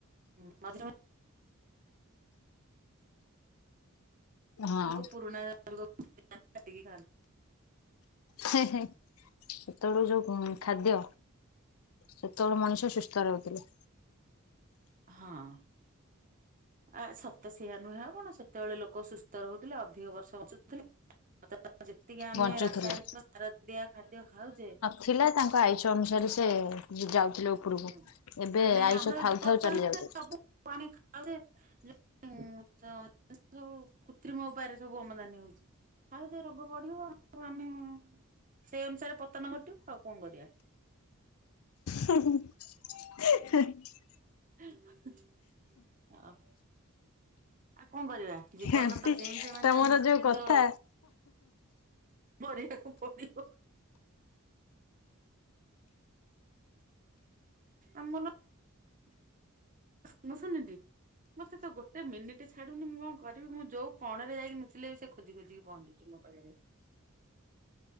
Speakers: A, on the right; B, on the left.
A: ହୁଁ ମଝିରେ ମ <inaudible>
B: ହଁ।
A: ଲୋକ ପୁରୁଣା <inaudible> ଟିକି ଖାଆନ୍ତି।
B: ହେଁ ହେଁ ସେତେବେଳୁ ଯୋଉ କୁଁ ଖାଦ୍ୟ ସେତେବେଳେ ମଣିଷ ସୁସ୍ଥ ରହୁଥିଲେ।
A: ହଁ। ଆ ସତ ସେଇୟା ନୁହେଁ ଆଉ କଣ ସେତେବେଳେ ଲୋକ ସୁସ୍ଥ ରହୁଥିଲେ ଅଧିକ ବର୍ଷ ବଞ୍ଚୁଥିଲେ। ଯେତିକି ଆମେ
B: ବଞ୍ଚୁଥିଲେ।
A: ରାସାୟନିକ ସାରଦିଆ ଖାଦ୍ୟ ଖାଉଛେ
B: ଥିଲା ତାଙ୍କ ଆୟୁଷ ଅନୁସାରେ ସେ ଯାଉଥିଲେ ଉ ଉପରକୁ
A: ହୁଁ
B: ଏବେ
A: ନା ନାଇଁ
B: ଆୟୁଷ
A: ଆମର
B: ଥାଉ
A: ବର୍ତ୍ତମାନ
B: ଥାଉ ଚାଲି ଯାଉଛନ୍ତି।
A: <unintelligible> <inaudible> ସବୁ କୃତ୍ରିମ ଉପାୟରେ ସବୁ ଅମଦାନୀ ହଉଛି। ଖାଉଛ ରୋଗ ବଢିବ ଆଉ ଆମେ ସେଇ ଅନୁସାରେ ପତନ ଘଟିବ ଆଉ କଣ କରିବା।
B: ହୁଁ ହୁଁ। <inaudible>
A: <inaudible> ଅହଃ। ଆଉ କଣ କରିବା ଜୀବନ
B: ଆଣ୍ଟି
A: ତ ଜିଇଁଚେ ମାନେ
B: ତମର
A: ନିଶ୍ଚିନ୍ତ
B: ଯୋଉ କଥା
A: ମରିବାକୁ ପଡ଼ିବ। ଆମର <inaudible> ମୁଁ <unintelligible> ମତେ ତ ଗୋଟେ ମିନିଟ୍ ଛାଡୁନି ମୁଁ କଣ କରିବି ମୁଁ ଯୋଉ କଣରେ ଯାଇକି ନୁଚିଲେ ବି ସେ ଖୋଜି ଖୋଜିିକି ପହଞ୍ଚିବ। ମୋ ପାଖରେ।